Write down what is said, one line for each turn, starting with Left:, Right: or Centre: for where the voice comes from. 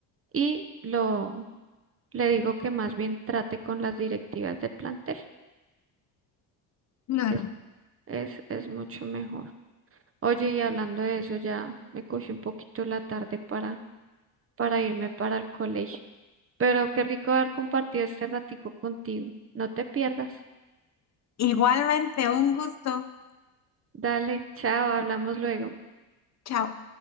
Right: y lo le digo que más bien trate con las directivas del plantel.
Left: Claro.
Right: Es, es, es mucho mejor. Oye, y hablando de eso, ya me cogí un poquito la tarde para, para irme para el colegio. Pero qué rico haber compartido este ratico contigo. No te pierdas.
Left: Igualmente, un gusto.
Right: Dale, chao, hablamos luego.
Left: Chao.